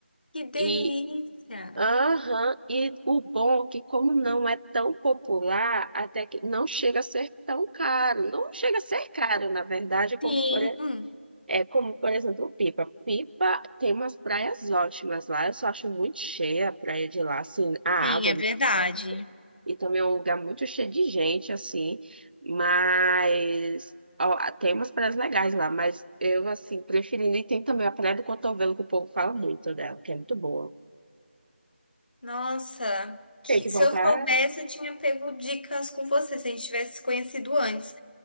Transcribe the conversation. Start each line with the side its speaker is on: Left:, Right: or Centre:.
Left: que delícia!
Right: E, aham, e o bom é que, como não é tão popular, até que não chega a ser tão caro. Não chega a ser caro, na verdade, como
Left: Sim.
Right: por é como, por exemplo, Pipa. Pipa tem umas praias ótimas lá. Eu só acho muito cheia a praia de lá, assim, a água
Left: Sim, é
Right: é muito
Left: verdade.
Right: forte. E também é um lugar muito cheio de gente, assim. Mas ó, tem umas praias legais lá, mas eu, assim, preferindo. E tem também a Praia do Cotovelo, que o povo fala muito dela, que é muito boa.
Left: Nossa, que-
Right: Tem que
Left: se
Right: voltar
Left: eu soubesse, eu tinha pego dicas com você, se a gente tivesse se conhecido antes.